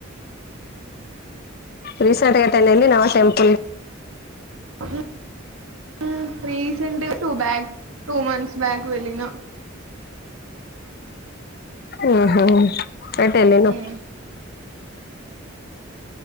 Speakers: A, on the left; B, on the right.
A: రీసెంట్గా ఎటెనా ఎళ్ళినవా టెం
B: <inaudible> రీసెంటు గా two bag two months back వెళ్ళినా
A: ఊహూ అటెళ్ళిను
B: ఉమ్